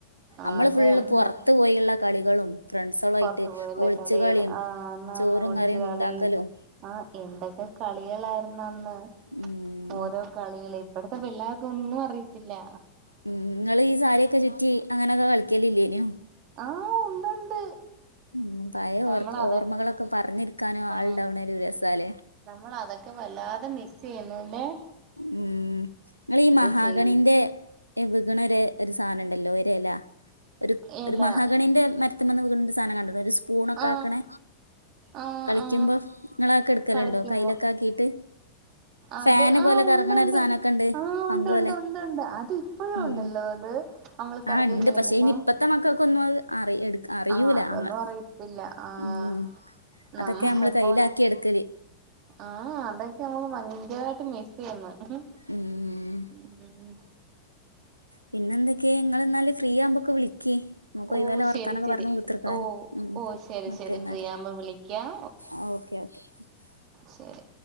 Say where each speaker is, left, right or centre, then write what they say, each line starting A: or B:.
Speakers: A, on the right; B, on the right.
A: നമ്മള്
B: അതന്നെ
A: ഫുള്ള് പുറത്തു പോയുള്ള കളികളും ഫ്രണ്ട്സളായിട്ട്
B: പുറത്തു പോയുള്ള
A: ഒളിച്ച്
B: കളികൾ
A: കളിയും
B: ആ അന്ന്
A: ചോറും
B: അന്ന് ഒളിച്ച്
A: കറിയും
B: കളി
A: ഉണ്ടാക്കലും
B: ആ എന്തൊക്കെ കളികളായിരുന്നു അന്ന്
A: ഉം
B: ഓരോ കളികളും ഇപ്പടത്തെ പിള്ളേർക്ക് ഒന്നും അറയിത്തില്ല
A: ഉം നിങ്ങൾ ഈ സാരിയൊക്കെ ചുറ്റി അങ്ങനെയൊക്കെ കളിക്കലില്ലേനോ
B: ആഹ് ഉണ്ടുണ്ട്.
A: ഉം പയേ
B: നമ്മൾ
A: ഓർ
B: അതൊ
A: ഓർമ്മകളൊക്കെ പർഞ്ഞിര്ക്കാനു ആൾണ്ടാവ്ണരു
B: ആ
A: രസാലെ.
B: നമ്മൾ അതൊക്കെ വല്ലാതെ മിസ്സ് ചെയ്യുന്നു ല്ലെ.
A: ഉം ങ്ങളീ മഹാഗണിന്റെ.
B: ചെയ്
A: എ വിക്ണൊരെ ഒര് സാനണ്ടല്ലോ ഒരെല ഒരു
B: ഇല്ല
A: ഒരു മഹാഗണിന്റെ മര് ത്ത്മ്മന്ന് വിക്ണൊര് സാനം കണ്ട്ണൊ ഒരു സ്പൂണൊക്കാക്ക്ണേ.
B: ആ ആ
A: കളിക്ക്യുമ്പോ
B: ആ
A: ഇങ്ങള ഒക്കെ ഇട്ക്കല്ണ്ടോ
B: കളിക്കുമ്പോ
A: കയ്യിലൊക്കെ ആക്കിട്ട്
B: അത്
A: ഫാന്.
B: ആ
A: പോലെ കർങ്ണരു
B: ഉണ്ടുണ്ട്
A: സാനൊക്കണ്ട്
B: ആ
A: പങ്ക
B: ഉണ്ട് ഉണ്ട്
A: പോലെ
B: ഉണ്ട് ഉണ്ട് അത് ഇപ്പോഴും
A: ഉം.
B: ഉണ്ടല്ലോ അത് നമ്മൾ കറക്കി
A: ആഹ് ണ്ട്
B: കളിക്കുന്നേ
A: പക്ഷെ ഇനി ഇപ്പത്തെ മക്കക്കൊന്നു അത് അറി എടു അറിയൂല
B: ആഹ് അതൊന്നു
A: അങ്ങ
B: അറിയത്തില്ല ആഹ്
A: ഉം അതൊക്കെ
B: നമ്മളെ
A: നമ്മള് കയ്യിലാക്കി
B: പോലെ.
A: എടുക്കല്
B: ആഹ് അതൊക്കെ നമ്മക് ഭയങ്കരായിട്ട് മിസ്സെയ്യ്ന്ന്. ഉം
A: ഉം
B: ഉം ഉം.
A: പിന്നെന്തെക്കെ ങ്ങള്ന്നാല് ഫ്രീ ആവുമ്പൊക്കെ വിളിക്കീ. നമക്കൊയ്
B: ഓ
A: വോലെ വർത്താനൊക്കെ
B: ശരി ശരി
A: പർഞു കുത്തർക്കാല
B: ഓ
A: ഉം
B: ഓ ശരി
A: ഓക്കെന്നാല്
B: ശരി ഫ്രീയാവുമ്പോ വിളിക്കാം
A: ആഹ് ഓക്കെ. <inaudible>
B: ശരി.